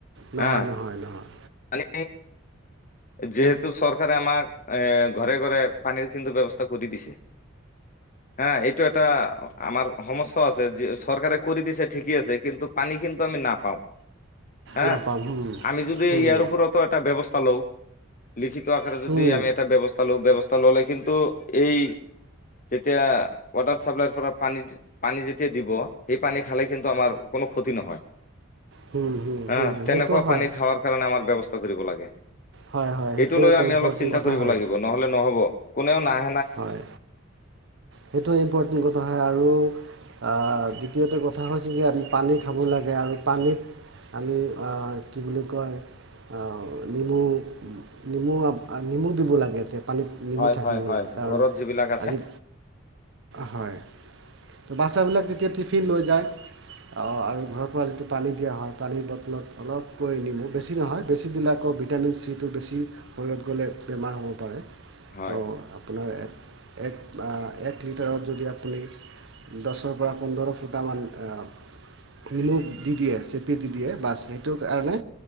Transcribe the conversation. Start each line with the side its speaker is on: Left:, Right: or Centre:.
Right: নহয়,
Left: হা
Right: নহয়, নহয়।
Left: পানী যিহেতু চৰকাৰে আমাক এ ঘৰে ঘৰে পানীৰ কিন্তু ব্যৱস্থা কৰি দিছে। হা, এইটো এটা আমাৰ সমস্যাও আছে চৰকাৰে কৰি দিছে ঠিকেই আছে। কিন্তু পানী কিন্তু আমি নাপাওঁ। হা।
Right: নাপাম হুম
Left: আমি যদি
Right: হুম
Left: ইয়াৰ ওপৰতো এটা ব্যৱস্থা লওঁ। লিখিত আকাৰে যদি
Right: হুম
Left: আমি এটা ব্যৱস্থা লওঁ, ব্যৱ ল'লে কিন্তু এই, যেতিয়া ৱাটাৰ চাপ্লাইৰ পৰা পানী পানী যেতিয়া দিব সেই পানী খালে কিন্তু আমাৰ কোনো ক্ষতি নহয়।
Right: হুম হুম
Left: অ'।
Right: হুম সেইটো
Left: তেনেকুৱা
Right: হয়
Left: পানী খাৱাৰ কাৰণে আমাৰ ব্যৱস <unintelligible> কৰিব লাগে।
Right: হয় হয় সেইটো
Left: এইটো লৈ
Right: এটা
Left: আমি
Right: ইম্পৰ্টেণ্ট
Left: অলপ চিন্তা
Right: কথা
Left: কৰিব
Right: হয়
Left: লাগিব। নহ'লে নহ'ব। কোনেও নাই।
Right: হয়। সেইটো ইম্পৰ্টেণ্ট কথা হয় আৰু আহ, দ্বিতীয়তে কথা হৈছে যে আমি পানী খাব লাগে আৰু পানীত আমি আহ কি বুলি কয় অ নেমু নেমু নেমু দিব লাগে পানীত নেমু
Left: হয়
Right: থাকিব
Left: হয় হয়
Right: লাগে। কাৰণ
Left: ঘৰত যিবিলাক আছে
Right: আজি হয় ত' বাচ্ছাবিলাক তেতিয়া টিফিন লৈ যায় অহ, আৰু ঘৰৰ পৰা যিটো পানী দিয়া হয়, পানীৰ বটলত অলপকৈ নিমু বেছি নহয় বেছি দিলে আকৌ ভিটামিন চিটো বেছি শৰীৰত গ'লে বেমাৰ হ'ব পাৰে।
Left: হয়।
Right: তো আপোনাৰ এক, এক আ এক লিটাৰত যদি আপুনি দছৰ পৰা পোন্ধৰ ফুটামান অহ, নিমু দি দিয়ে চেপি দি দিয়ে, বাচ সেইটো কাৰণে